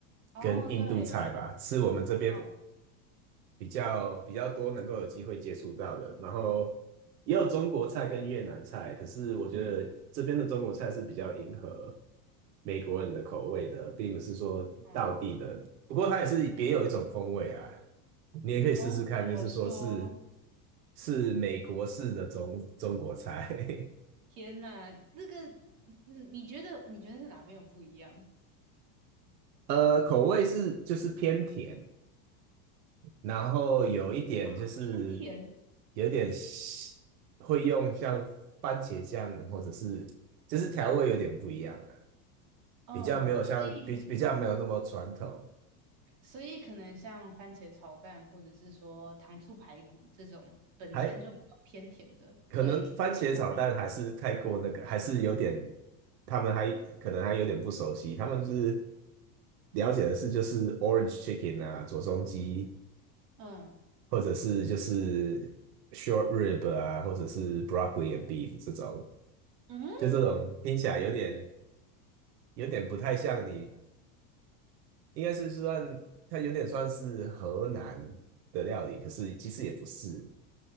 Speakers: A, on the right; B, on the right.
A: 哦，
B: 跟印度菜吧，
A: 对，
B: 吃我们这边
A: 嗯
B: 比较比较多能够有机会接触到的，然后也有中国菜跟越南菜，可是我觉得这边的中国菜是比较迎合
A: 嗯
B: 美国人的口味的，并不是说到地的，
A: 嗯。
B: 不过它也是别有一种风味啊，你也可以试试看，
A: 哦，怎么说？
B: 就是说是是美国式的中中国菜，
A: 天呐，这个你你觉得你觉得是哪边有不一样？
B: <laughs> 呃，口味是就是偏甜，然后有一点就是
A: 啊，偏甜，
B: 有点西会用像番茄酱或者是就是调味有点不一样啊，
A: 嗯，
B: 比较没有像比比较没有那么传统，
A: 所以所以可能像番茄炒蛋，或者是说糖醋排骨这种本身就比较偏甜的，
B: 还
A: 会比较受欢迎吗？
B: 可能番茄炒蛋还是太过那个，还是有点他们还可能还有点不熟悉，他们是了解的是就是 orange chicken 啊，左宗基
A: 嗯
B: 或者是就是 short rib 啊，或者是 broccoli and beef 这种，
A: 嗯，
B: 就这种听起来有点。有点不太像你，应该是算它有点算是河南的料理，可是其实也不是，